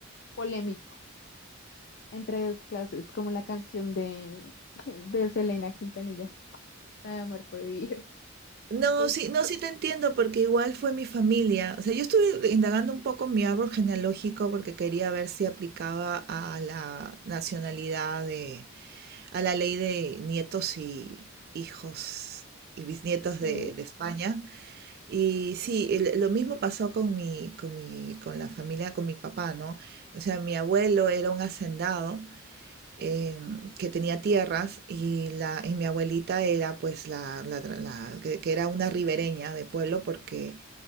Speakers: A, on the left; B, on the right.
A: polémico. Entre dos clases, como la canción de, <laughs> de Selena Quintanilla, la de Amor Prohibido.
B: No,
A: Tot-
B: sí, no, sí te entiendo, porque igual fue mi familia. O sea, yo estuve indagando un poco en mi árbol genealógico porque quería ver si aplicaba a la nacionalidad de, a la ley de nietos y hijos y bisnietos de,
A: eh,
B: de España. Y sí, el- lo mismo pasó con mi, con mi, con la familia, con mi papá, ¿no? O sea, mi abuelo era un hacendado em, que tenía tierras y, la, y mi abuelita era pues la, la, tra- la- que, que era una ribereña de pueblo porque